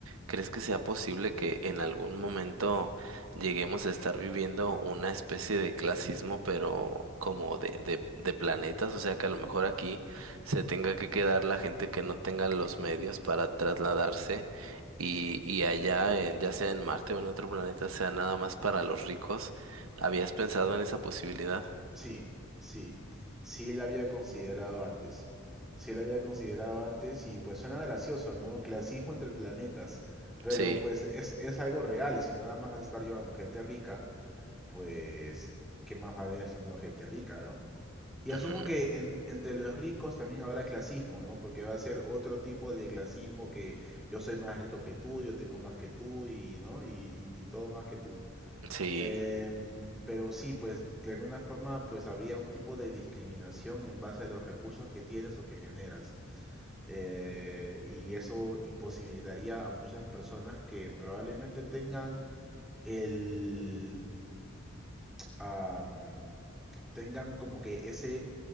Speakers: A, on the right; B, in the centre.
A: ¿Crees que sea posible que en algún momento lleguemos a estar viviendo una especie de clasismo, pero como de, de, de planetas? O sea, que a lo mejor aquí se tenga que quedar la gente que no tenga los medios para trasladarse y, y allá, en- ya sea en Marte o en otro planeta, sea nada más para los ricos. ¿Habías pensado en esa posibilidad?
B: Sí, sí. Sí la había considerado antes. Sí la había considerado antes y pues suena gracioso, ¿no? Clasismo entre planetas. Pero
A: Sí,
B: pues es, es algo real. Si nada más vas a estar llevando gente rica, pues ¿qué más va a haber sino gente rica, ¿no? Y asumo
A: ujú,
B: que en- entre los ricos también habrá clasismo, ¿no? Porque va a ser otro tipo de clasismo que yo soy más rico que tú, yo tengo más que tú y, ¿no? Y, y- y todo más que tú.
A: Sí,
B: Em, pero sí, pues de alguna forma pues había un tipo de discriminación en base a los recursos que tienes o que generas. Eh, y eso imposibilitaría a muchas personas que probablemente tengan el am, tengan como que ese